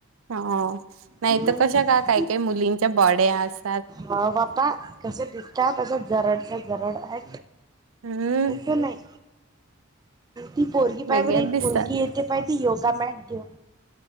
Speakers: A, on the right (about 80°); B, on the right (about 20°).
A: हो नाही
B: हम्म
A: तर कशा का काय काय मुलींच्या बॉडे्या आस
B: ह बापा कसे दिसतात तस जरडच्या जरड आहे
A: हम्म
B: असेत नाही ती पोरगी
A: वेगळ्याच
B: पाहि बर एक
A: दिसतात.
B: मुलगी येते पाहि ती योगा मॅट देऊ